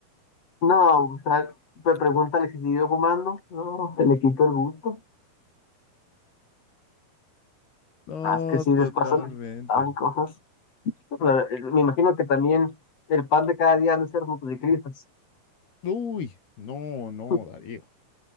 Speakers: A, on the left; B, on the left.
A: no, o sea, me preguntan si siguió fumando, no, se le quitó el gusto,
B: No,
A: más que sí,
B: totalmente.
A: después saben cosas. Pero, eh, Me imagino que también el pan de cada día han de ser motociclistas.
B: Uy, no, no,
A: <laughs>
B: Darío.